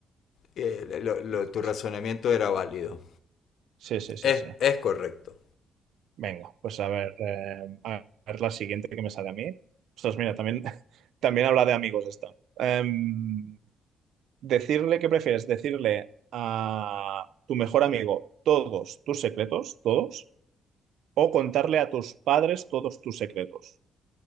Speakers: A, on the left; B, on the right.
A: eh, lo- lo-
B: Sí,
A: tu razonamiento era válido.
B: sí, sí, sí, sí.
A: Es,
B: sí. sí.
A: es correcto.
B: Venga, pues a ver, eh, a ver la siguiente que me sale a mí. Ostras, mira, también, <laughs> también habla de amigos esta. Em, decirle qué prefieres, decirle a tu mejor amigo todos tus secretos, todos, o contarle a tus padres todos tus secretos.